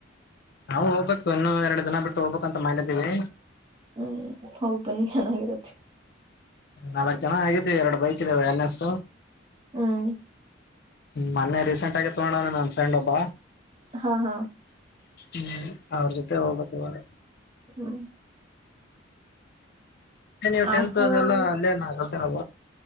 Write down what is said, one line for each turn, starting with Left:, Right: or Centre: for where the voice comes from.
Left: ನಾವು ಹೋಗ್ಬೇಕು ಇನ್ನು ಎರಡು ದಿನ ಬಿಟ್ಟು ಹೋಗ್ಬೇಕು ಅಂತ ಮಾಡಿದ್ದೀವಿ
Right: ಹ್ಮ್ ಹೋಗ್ ಬನ್ನಿ ಚೆನ್ನಾಗಿರತ್ತೆ
Left: ನಾಲ್ಕ್ ಜನ ಆಗಿದ್ದೀವಿ ಎರಡು ಬೈಕ್ ಇದ್ದವೆ ಎನ್ ಎಸ್
Right: ಹ್ಮ್
Left: ಮೊನೇ ರೀಸೆಂಟ್ ಆಗ ತಗೊಂಡವ ನನ್ನ ಫ್ರೆಂಡ್ ಒಬ್ಬ
Right: ಹಾ ಹಾ
Left: ಹ್ಮ್ ಅವ್ರ ಜೊತೆ ಹೋಗ್ತ್ತ ಇವಾಗ
Right: ಹಾ
Left: ನೀವು್
Right: ಹಾಸ್ಟೆಲ್
Left: ಟೆಂತ್ ಅದೆಲ್ಲ
Right: ಅಲ್ಲಿ
Left: ಅಲ್ಲೇನ ಕಲ್ತರ